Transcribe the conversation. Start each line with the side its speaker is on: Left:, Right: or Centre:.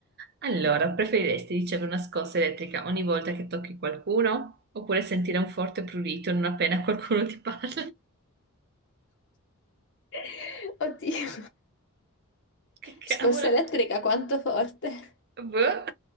Right: Allora, preferiresti ricevere una scossa elettrica ogni volta che tocchi qualcuno oppure sentire un forte prurito non appena qualcuno ti parla?
Left: <laughs> Oddio.
Right: Che cavolo?
Left: Scossa elettrica quanto forte?
Right: Boh,